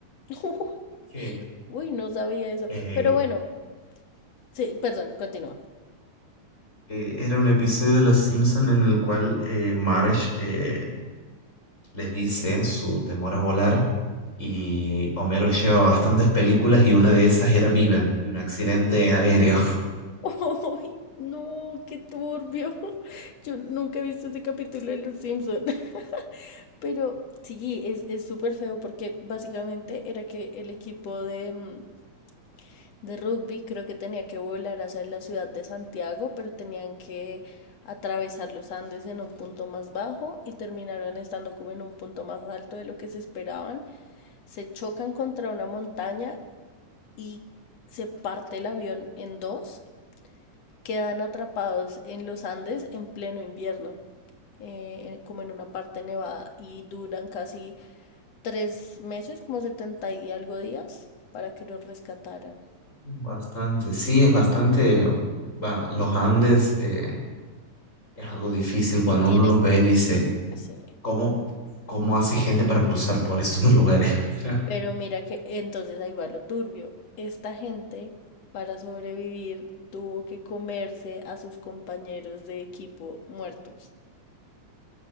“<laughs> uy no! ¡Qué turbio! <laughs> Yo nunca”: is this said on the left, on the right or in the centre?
Left